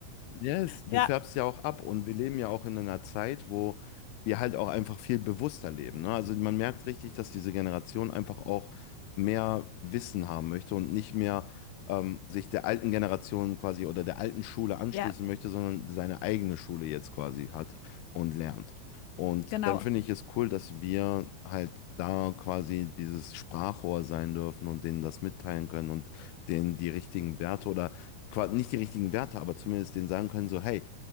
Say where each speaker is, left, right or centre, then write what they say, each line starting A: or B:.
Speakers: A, on the left; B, on the left.
A: Yes, du
B: Ja,
A: färbst ja auch ab und wir leben ja auch in einer Zeit, wo wir halt auch einfach viel bewusster leben, ne? Also man merkt richtig, dass diese Generation einfach auch mehr Wissen haben möchte und nicht mehr ähm, sich der alten Generation quasi oder der alten Schule anschließen
B: ja,
A: möchte, sondern seine eigene Schule jetzt quasi hat und lernt. Und
B: genau,
A: dann finde ich es cool, dass wir halt da quasi dieses Sprachrohr sein dürfen und denen das mitteilen können und denen die richtigen Werte oder quasi nicht die richtigen Werte, aber zumindest denen sagen können, so, hey,